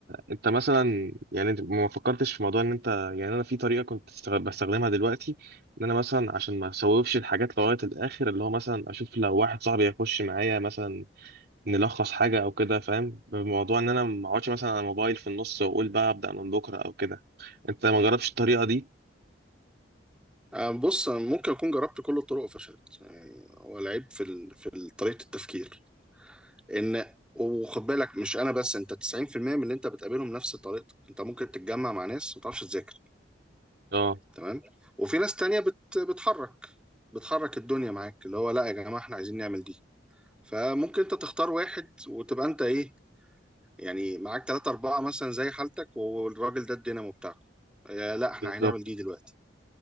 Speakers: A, on the right (about 60°); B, in the centre.
A: انت مثلا يعني انت ما فكرتش في موضوع ان انت يعني انا في طريقه كنت استغ- بستخدمها دلوقتي ان انا مثلا عشان ما اسوفش الحاجات لغايه الاخر اللي هو مثلا اشوف لو واحد صاحبي هيخش معايا مثلا نلخص حاجه او كده فاهم بموضوع ان انا ما اقعدش مثلا على الموبايل في النص واقول بقى ابدا من بكره او كده انت ما جربتش الطريقه دي
B: آه، بص أنا ممكن اكون جربت كل الطرق وفشلت يعني هو العيب في ال... في ال- طريقه التفكير ان وخد بالك مش انا بس انت 90% من اللي انت بتقابلهم نفس طريقتك انت ممكن تتجمع مع ناس ما تعرفش تذاكر
A: اه
B: تمام وفي ناس تانية بت... بتحرك بتحرك الدنيا معاك اللي هو لا يا جماعه احنا عايزين نعمل دي فممكن انت تختار واحد وتبقى انت ايه يعني معاك ثلاثة أربعة مثلا زي حالتك والراجل ده الدينامو بتاعكم آه، لا احنا
A: بالظبط
B: هنعمل دي دلوقتي